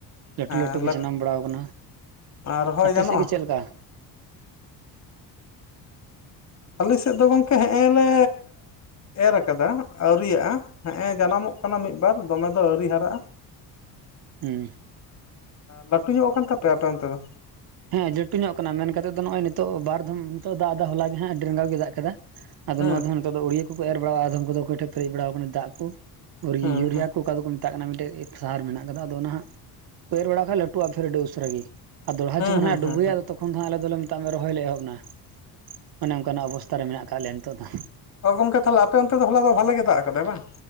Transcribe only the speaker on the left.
ᱦᱮᱸ
ᱨᱚᱦᱚᱭ
ᱜᱟᱱᱚᱜᱼᱟ
ᱟᱞᱮ ᱥᱮᱫ ᱫᱚ ᱜᱚᱝᱠᱮ ᱦᱮᱸᱜᱼᱮ ᱞᱮ ᱮᱨ ᱠᱟᱫᱟ ᱟᱣᱨᱤᱭᱟᱜᱼᱟ ᱦᱮᱸᱜ ᱮ ᱡᱟᱱᱟᱢᱚᱜ ᱠᱟᱱᱟ ᱢᱤᱫᱵᱟᱨ ᱫᱚᱢᱮ ᱫᱚ ᱟᱣᱨᱤ ᱦᱟᱨᱟᱜᱼᱟ <inaudible>
ᱞᱟᱹᱴᱩ ᱧᱚᱜ ᱠᱟᱱ ᱛᱟᱯᱮᱭᱟ ᱟᱯᱮ ᱚᱱᱛᱮ ᱫᱚ
ᱦᱮᱸ
ᱦᱮᱸ
ᱦᱮᱸ
ᱦᱮᱸ
ᱦᱮᱸ
ᱦᱮᱸ ᱦᱮᱸ
ᱚ ᱜᱚᱝᱠᱮ ᱛᱟᱦᱚᱞᱮ ᱟᱯᱮ ᱚᱱᱛᱮ ᱫᱚ ᱦᱚᱞᱟ ᱫᱚ ᱵᱷᱟᱞᱮ ᱫᱟᱜ ᱠᱟᱫᱟᱭ ᱵᱟᱝ